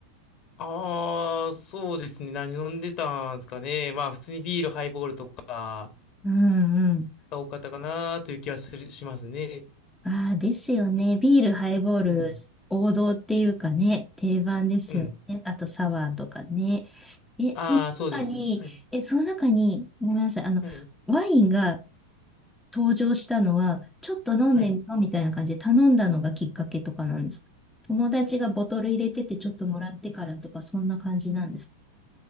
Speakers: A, on the left; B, in the centre.
A: ああ、そうですね。何飲んでたんですかね。まあ、普通にビール、ハイボールとか
B: うんうん。
A: が多かったかなという気はするしますね。
B: ああ、ですよね。ビール、ハイボール、
A: うん
B: 王道っていうかね、定番ですよね。
A: うん。
B: あとサワーとかね。え、
A: ああ、
B: その中に、
A: そうですよね。はい。
B: え、その中に、ごめんなさい。あの、
A: はい。
B: ワインが登場したのは、ちょっと飲んでみようみたいな感じで頼んだのがきっかけとかなんですか友達がボトル入れててちょっともらってからとか、
A: はい。
B: そんな感じなんですか